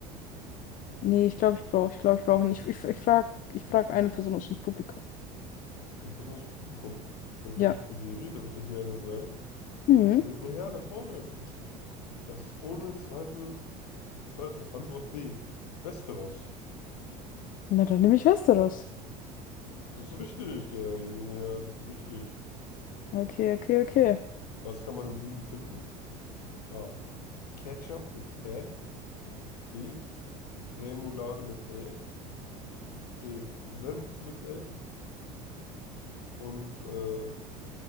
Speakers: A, on the left (about 40°); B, on the left (about 70°).
A: Nee, ich glaube, ich brauche. Ich glaube, ich brauche nicht. Ich, ich, ich frage ich frag eine Person aus dem Publikum.
B: Eine Person aus dem Publikum. Das ist eine beliebte
A: Ja.
B: Serie, da wird ja hier eine sein.
A: Hm.
B: Und der junge Herr da vorne, das ist ohne Zweifel Zweifel. Antwort D. Westeros.
A: Na, dann nehme ich Westeros.
B: Das ist richtig. Der junge Herr liegt richtig.
A: Okay, okay, okay.
B: Was kann man im Duden finden? A. Ketchup mit Ä. B. Remoulade mit Ä. C. Senf mit Ä. Und äh,